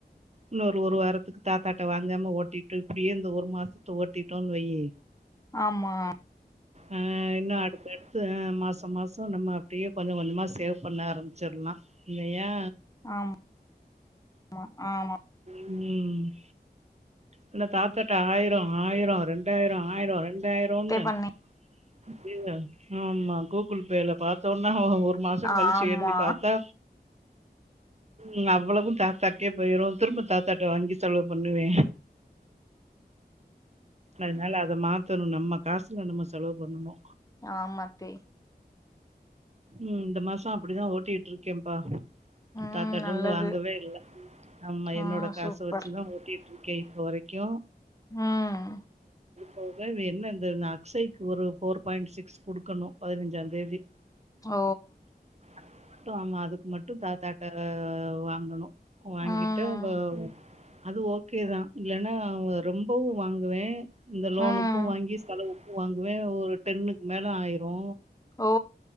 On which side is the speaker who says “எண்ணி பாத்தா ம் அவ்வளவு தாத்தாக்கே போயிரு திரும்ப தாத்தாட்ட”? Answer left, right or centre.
Right